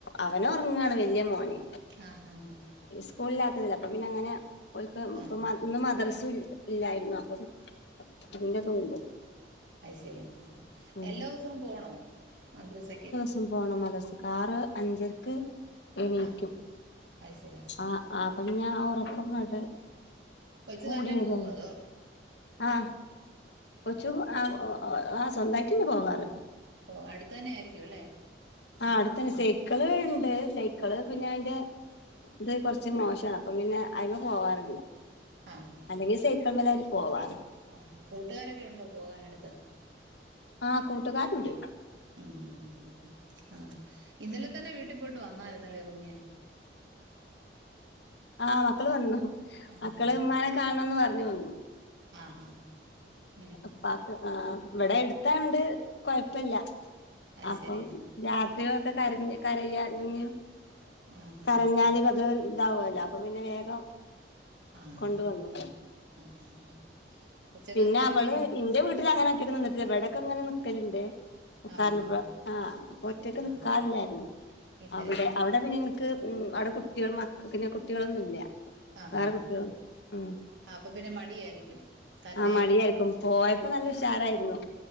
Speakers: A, on the left; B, on the right.
A: അവന് ഒർങ്ങാണ് വെല്ല്യ മോന്.
B: ആഹ് ഹ, ഹ,
A: ഇസ്കൂള് ഇല്ലാത്തതല്ലേ അപ്പപിന്നെ അങ്ങനെ ഓൽക്ക്
B: ആഹ്
A: ഇപ്പ ഇന്ന് മദ്ർസും ഇല്ല. ഇല്ലായിരുന്നു അപ്പം അതിന്റെതും ഉണ്ട്.
B: അയ്ശെരി
A: ഉം
B: എല്ലൊസവും പോണോ മദ്രസയ്ക്ക്.
A: ഉം പോണം മദസ്ക്ക് ആറ് അഞ്ചര്ക്ക് എണീക്കും
B: ആഹ് അത് ശരി ആഹ്
A: ആ ആപ്പ പിന്നാ ആ ഒറക്കങ്ങേട്ട്
B: കൊച്ച്
A: കൂടിരാര്
B: തന്നെ പോവോ അതോ
A: ആഹ് കൊച്ചു ആഹ് ഒ ഓഹാ സ്വന്തായിട്ടെന്നെ പോവാറ്.
B: ഓ അടുത്ത്തന്നെ ആയിരിക്കുലേ?
A: ആ അടുത്തന്നെ സെയ്ക്കള് ഇണ്ട് സെയ്ക്കിള് പിന്നെ അയ്ന്റെ ഇത് കൊർച്ച് മോഷാ അപ്പം പിന്നെ അയ്മെ പോവാറില്ല.
B: ആഹ് ആഹ്
A: അല്ലെങ്കിൽ സെയ്ക്കൾമലാ ഓല് പോവാറ്.
B: ആഹ് കൂട്ടുകാരൊക്കെ ഉണ്ടോ പോകാനടുത്ത്?
A: ആഹ് കൂട്ടുകാരുണ്ട്.
B: ഉം ഹ്, ഹ്, ഹ് ആ ഇന്നലെതന്നെ വീട്ടിൽ പോയിട്ട് വന്നായിരുന്നല്ലേ കുഞ്ഞ്.
A: ആഹ് മക്കള് വന്നു
B: ആഹ്
A: മക്കള് ഇമ്മാനെ കാണണംന്ന് പറഞ്ഞ് വന്നു.
B: ആ, ഹാ, ഹ
A: ഉപ്പാക്ക് ആഹ് ഇവടെ എടുത്തായോണ്ട് കൊയപ്പല്ല.
B: അത്
A: അപ്പം
B: ശരി ആഹ്
A: രാത്രി ഒക്കെ കരഞ്ഞ് കരയ ഞ്ഞ്
B: ആഹ്
A: കരഞ്ഞാല്
B: ആഹ്
A: അത് ഇതാവോലോ അപ്പൊ പിന്നെ വേഗം
B: ആഹ്
A: കൊണ്ടുവന്നു
B: ഞ്ഞുപോന്നുആഹ്, ആഹ്, ഹാ ഉച്ചക്കത്തൊക്കെ
A: പിന്നെ അവള്
B: ഇനി
A: ഇന്റെ വീട്ടില് അങ്ങനെ ഒറ്റക്ക് ന്നിന്നിട്ടില്ല ഇവടൊക്കെ ഇങ്ങനെ ന്നിക്കല്ണ്ട്.
B: ആഹ്
A: കാറി
B: ആഹ്
A: ആ പൊറ്റക്ക് നിക്കാറില്ലായിരുന്നു
B: ആഹ് ഇല്ല
A: അവിടെ
B: ഇല്ല
A: അവി ആടെ പിന്നെൻക്ക് ഉം അവ്ടെ കുട്ട്യാ മക്ക പിന്നെ കുട്ടികളൊന്നുംല്ല്യ
B: ആഹ്
A: വേറെ
B: ആഹ്
A: കുട്ട്യോള്. ഉം.
B: ആഹ് അപ്പൊ പിന്നെ മടിയായിരിക്കും തന്നെ
A: ആഹ് മടിയായ്ര്ക്കും പോയപ്പോ നല്ല ഉഷാറായ്ര്ന്നു.